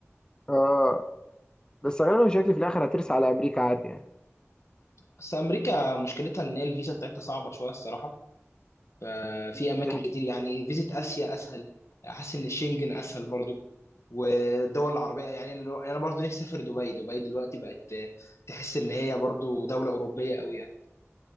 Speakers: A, on the left (about 15°); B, on the left (about 65°).
A: آه بس غالبا شكلي في الاخر هترسى على امريكا عادي يعني
B: بس امريكا مشكلتها ان هي الفيزا بتاعتها صعبة شوية الصراحة ففي
A: مم،
B: اماكن
A: دي حقيقة.
B: كتير يعني فيزيت اسيا اسهل حاسس ان الشنجن اسهل برضو والدول العربيه يعني انا أنا برضو نفسي اسافر دبي دبي دلوقتي بقت تحس ان هي برضو دوله اوروبيه قوي يعني